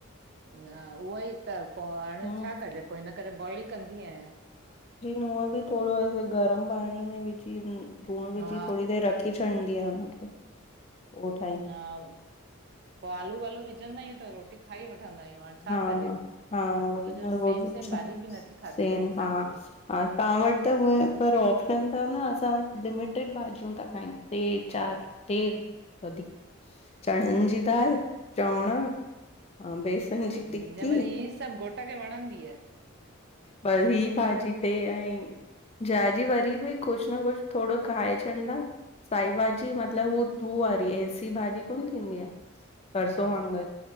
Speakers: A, on the right; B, on the left.
A: न उहो ई त पो हाणे
B: हम्म
A: छा कजे पो हिन करे बॉइल कंदी आहियां।
B: हूअं बि थोड़ो गरम पाणी में विझी लूण विझी
A: हा
B: थोरी देर रख खे चवंदी आ न पो, ओट
A: हा, पो आलू वालू विझंदा आहियूं त रोटी खाई वठंदा आहियूं। हाणे छा
B: हा
A: कजे?
B: हा हा उहोई
A: रोज़
B: न
A: रोज़ सेम सेम
B: छा
A: भाॼी बि नथी खादी
B: सेम
A: ते
B: हा
A: छा कजे?
B: हा तव्हां वटि त उहें पर ऑप्शन तव न असां वट त लिमिटेड भाॼियूं ता खाइनि टे चार। टे वधीक, चड़न जी दाल चवणा अं बेसन जी
A: मुंहिंजे
B: टिकी
A: वरी हे सभु घोटु खे वणंदी आहे।
B: पर ही भाॼी ते ऐं जीजाजी वरी बि कुछ न कुछ थोडो़ खाइ छॾंदा साई भाॼी मतलब उअ तू वारी एसी भाॼी कोन्ह थींदी आहे। सरसो,
A: हा
B: वाङण,